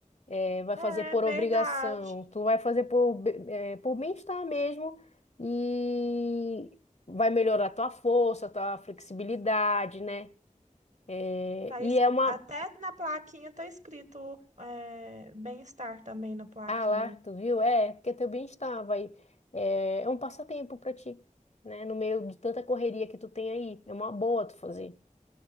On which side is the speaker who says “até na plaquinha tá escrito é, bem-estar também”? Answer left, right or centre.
Right